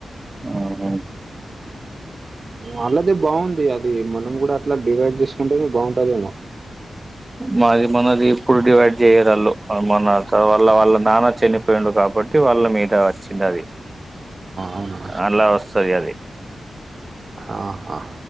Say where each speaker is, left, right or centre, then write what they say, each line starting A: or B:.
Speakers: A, on the right; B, on the right.
A: ఆహా
B: వాళ్లదే బాగుంది. అది అది మనం కూడా అట్లా డివైడ్ చేసుకుంటేనే, బాగుంటదేమో
A: మాది మనది ఇప్పుడు డివైడ్ చేయ్యేరు వాళ్ళు మన కావ్య వాళ్ళ నాన్న చనిపోయిండు. కాబట్టి వాళ్ళ మీద వచ్చింది. అది
B: అవునా
A: అలా వస్తాది. అది
B: ఆ అ